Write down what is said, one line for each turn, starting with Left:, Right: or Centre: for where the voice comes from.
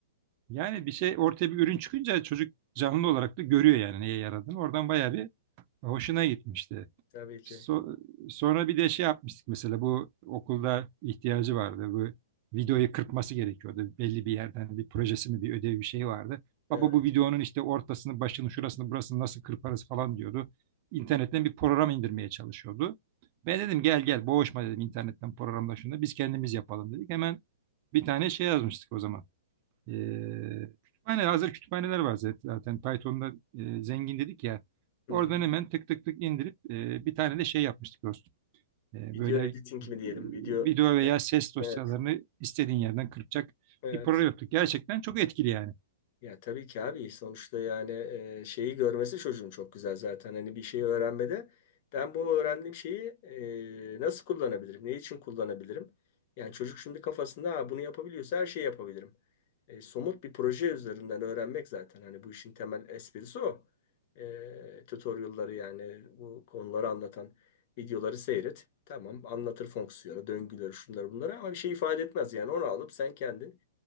Right: Yani bir şey ortaya bir ürün çıkınca çocuk canlı olarak da görüyor yani neye yaradığını. Oradan bayağı bir hoşuna gitmişti.
Left: Tabii ki.
Right: So- sonra bir de şey yapmıştık mesela bu okulda ihtiyacı vardı. Bu videoyu kırpması gerekiyordu. Belli bir yerden bir projesi mi bir ödevi bir şey vardı.
Left: Evet.
Right: Baba bu videonun işte ortasını, başını, şurasını, burasını nasıl kırparız falan diyordu. İnternetten bir program indirmeye çalışıyordu. Ben dedim gel gel boğuşma dedim internetten programla şunu da biz kendimiz yapalım dedik. Hemen bir tane şey yazmıştık o zaman. Ee, kütüphane hazır kütüphaneler var zaten. Zaten Python'da e, zengin dedik ya.
Left: Hı
Right: Oradan
Left: hı.
Right: hemen tık tık tık indirip e, bir tane de şey yapmıştık dostum. E,
Left: Video
Right: böyle
Left: editing
Right: e,
Left: mi diyelim? Video.
Right: video veya ses dosyalarını
Left: Evet.
Right: istediğin yerden kırpacak
Left: Evet.
Right: bir program yaptık. Gerçekten çok etkili yani.
Left: Ya tabii ki abi sonuçta yani e, şeyi görmesi çocuğun çok güzel zaten hani bir şeyi öğrenmede ben bu öğrendiğim şeyi e, nasıl kullanabilirim ne için kullanabilirim yani çocuk şimdi kafasında ha, bunu yapabiliyorsa her şeyi yapabilirim E, somut bir proje üzerinden öğrenmek zaten hani bu işin temel esprisi o e, tutorialları yani bu konuları anlatan videoları seyret tamam anlatır fonksiyonu döngüleri şunları bunları ama bir şey ifade etmez yani onu alıp sen kendin